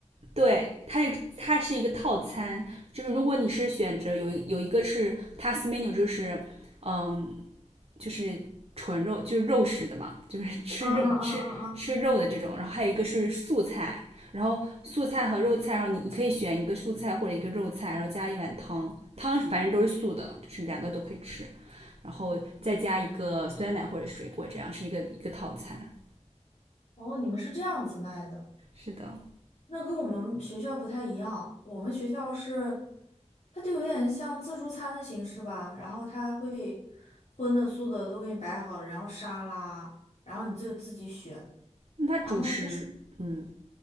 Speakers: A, on the right; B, on the left.
A: 对它也，它是一个套餐，就是如果你是选择有有一个是 task menu，就是嗯就是纯肉，就是肉食的嘛，就是
B: 嗯嗯嗯嗯嗯。
A: <laughs> 吃肉吃吃肉的这种。
B: 啊
A: 然后还有一个是素菜，然后素菜和肉菜，然后你你可以选一个素菜或者一个肉菜，然后加一碗汤，汤反正都是素的，就是两个都可以吃，然后再加一个酸奶或者水果，这样是一个一个套餐。
B: 哦，你们是这样子卖的，
A: 是的，
B: 那跟我们学校不太一样。我们学校是，它就有点像自助餐的形式吧，然后它会荤的素的都给你摆好，然后沙拉，然后你就自己选。
A: 那它主食，
B: 然后它
A: 嗯，